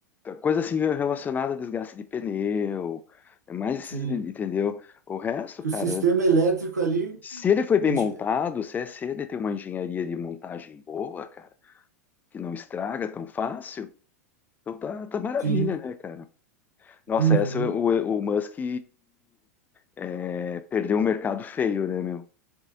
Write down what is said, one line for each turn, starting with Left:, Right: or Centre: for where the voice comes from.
Left: coisa assim relacionada a desgaste de pneu, é mais esses,
Right: Sim.
Left: de- entendeu? O resto,
Right: Que
Left: cara,
Right: o sistema elétrico ali
Left: se ele foi bem
Right: é de-
Left: montado, se, é- se ele tem uma engenharia de montagem boa, cara, que não estraga tão fácil, então tá, tá maravilha,
Right: Sim.
Left: né, cara? Nossa,
Right: Uhum.
Left: essa é o, o Musk é, perdeu um mercado feio, né, meu?